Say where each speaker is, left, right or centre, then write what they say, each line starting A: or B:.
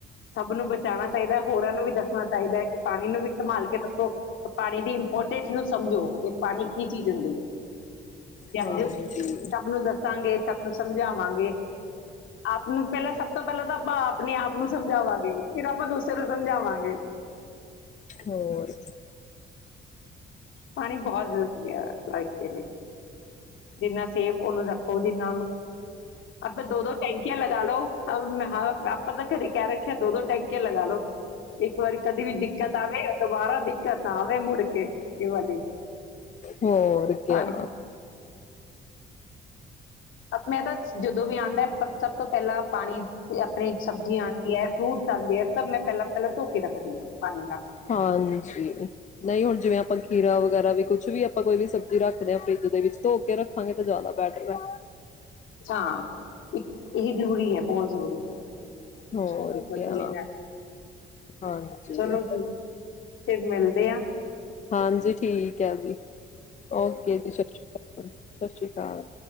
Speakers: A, on the left; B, on the left.
A: ਸਭ ਨੂੰ ਬਚਾਉਣਾ ਚਾਹੀਦੈ ਹੋਰਾਂ ਨੂੰ ਵੀ ਦੱਸ। ਚਾਹੀਦਾ ਹੈ ਕਿ ਪਾਣੀ ਨੂੰ ਵੀ ਸੰਭਾਲ ਕੇ ਰੱਖੋ, ਪਾਣੀ ਦੀ ਇੰਪੋਰਟੈਂਸ ਨੂੰ ਸਮਝੋ, ਕੇ ਪਾਣੀ ਕੀ ਚੀਜ ਹੂੰਦੀ ਏ। ਤੇ
B: ਹਾਂਜੀ
A: ਅੱਜ ਸਭ ਨੂੰ ਦੱਸਾਂਗੇ ਸਭ ਨੂੰ ਸਮਜਾ ਸਮਝਾਵਾਂਗੇ ਆਪ ਨੂੰ ਪਹਿਲਾਂ ਸਭ ਤੋਂ ਪਹਿਲਾਂ ਤਾਂ ਆਪਾਂ ਆਪਣੇ ਆਪ ਨੂੰ ਸਮਝਾਵਾਂਗੇ ਫਿਰ ਆਪਾਂ ਦੂਸਰੇ ਨੂੰ ਸਮਝਾਵਾਂਗੇ
B: ਹੋਰ
A: ਪਾਣੀ ਬਹੁਤ ਜ਼ਰੂਰੀ ਆ ਲਾਈ ਜਿੰਨਾ ਸੇਫ ਉਹਨੂੰ ਰੱਖੋ ਜਿੰਨਾ ਉਹਨੂੰ ਆਪ ਦੋ ਦੋ ਟੈਂਕੀਆਂ ਲਗਾ ਲੋ ਮੈਂ ਆਪਾਂ ਦੇ ਘਰੇ ਕਹਿ ਰੱਖਿਆ ਦੋ ਦੋ ਟੈਂਕੀਆਂ ਲਗਾ ਲੋ ਇੱਕ ਵਾਰੀ ਕਦੇ ਵੀ ਦਿੱਕਤ ਆਵੇ ਦੁਬਾਰਾ ਦਿੱਕਤ ਨਾਵੇ ਮੁੜ ਕੇ ਇਹ ਵਾਲੀ
B: ਹੋਰ
A: ਪਾਣੀ
B: ਕਿਆ
A: ਮੈਂ ਤਾਂ ਜਦੋਂ ਵੀ ਆਉਂਦਾ ਸਭ ਤੋਂ ਪਹਿਲਾਂ ਪਾਣੀ ਆਪਣੇ ਸਬਜ਼ੀਆਂ ਆਉਂਦੀ ਹੈ ਫਰੂਟਸ ਆਉਂਦੇ ਹੈ ਸਭ ਮੈਂ ਪਹਿਲਾਂ ਪਹਿਲਾਂ ਧੋ ਕੇ ਰੱਖਦੀ ਹਾਂ ਪਾਣੀ ਨਾਲ
B: ਹਾਂਜੀ ਨਹੀਂ ਹੁਣ ਜਿਵੇਂ ਆਪਾਂ ਖੀਰਾ ਵਗੈਰਾ ਵੀ ਕੁਝ ਕੁਛ ਵੀ ਆਪਾਂ ਕੋਈ ਵੀ ਸਬਜ਼ੀ ਰੱਖਦੇ ਹਾਂ ਫਰਿੱਜ ਦੇ ਵਿੱਚ ਧੋ ਕੇ ਰੱਖਾਂਗੇ ਤਾਂ ਜ਼ਿਆਦਾ ਬੈਟਰ ਹੈ
A: ਹਾਂ ਇੱਕ ਇਹੀ ਜ਼ਰੂਰੀ ਹੈ ਬਹੁਤ ਜ਼ਰੂਰੀ ਹੈ
B: ਹੋਰ
A: ਚਲੋ ਵਧੀਆ
B: ਕਿਆ ਹਾਂਜੀ।
A: ਚਲੋ ਠੀਕ ਫਿਰ ਮਿਲਦੇ ਆ
B: ਹਾਂਜੀ ਠੀਕ ਹੈ ਜੀ, ਓਕੇ ਜੀ ਸਤਿ ਸ੍ਰੀ ਅਕਾਲ ਸਤਿ ਸ੍ਰੀ ਅਕਾਲ।